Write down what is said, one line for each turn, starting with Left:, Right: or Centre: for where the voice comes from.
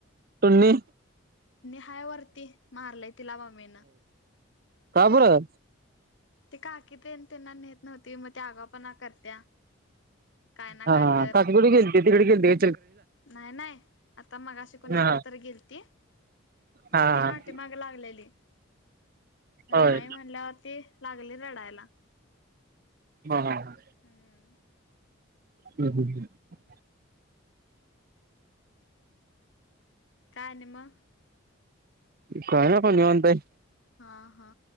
Right: टुनी
Left: हाय वरती मारलाय तिला मम्मी न
Right: काबर
Left: ते काकी ते त्यांना नेत नव्हती मग त्या आगा पणा करत्या. काय ना
Right: हा
Left: काय तर
Right: काककड गेलते तिकडे गेलते
Left: नाही नाही आता मग अशी कोणीकडे
Right: हा
Left: तर गेलती.
Right: हा
Left: मग
Right: हा हा
Left: ती पाठी माग लागलेली.
Right: होय
Left: नाही म्हणल्यावरती लागली रडायला.
Right: हम ह
Left: हम्म
Right: हम्म हम् हम्.
Left: काय आणी म.
Right: काय नाही बग निवांत आहे
Left: हा हा